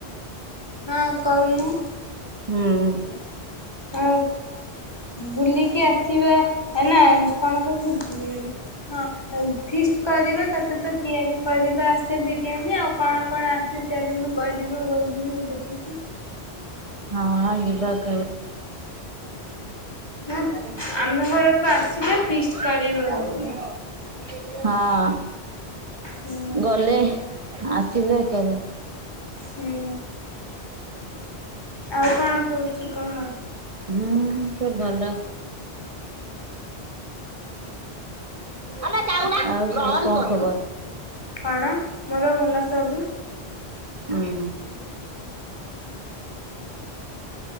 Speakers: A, on the left; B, on the right.
A: ହଁ, କହୁନୁ?
B: ହୁଁ।
A: ହଁ। ବୁଲିକି ଆସିବା ନା କଣ କହୁଥିଲୁ ଭୁଲିଗଲି। ହଁ, ଆଉ ଫିଷ୍ଟ କରିବା ତତେ ତ ତିଆରି କରିବା ଆସେ ବିରିୟାନୀ। ଆଉ କଣ କଣ ଆସ ଯେ ଚାଲୁନୁ କରିବା କୋଉ ଦିନ ଦେଖିକି?
B: ହଁ ଯିବା କେବେ?
A: ନା
B: ଆରେ <unintelligible>
A: ଆମ ଘରକୁ ଆସିଲେ ଫିଷ୍ଟ କରିବା
B: ଯାଉନା।
A: ଗୋଟେ।
B: ହଁ
A: ହୁଁ।
B: ଗଲେ ଆସିଲେ ସବୁ।
A: ହୁଁ ଆଉ କଣ କହୁଛୁ କହ?
B: ହୁଁ ସବୁ ଭଲ। ଆଉ ସବୁ କଣ ଖବର?
A: କଣ ମୋର ଭଲ ସବୁ।
B: ହୁଁ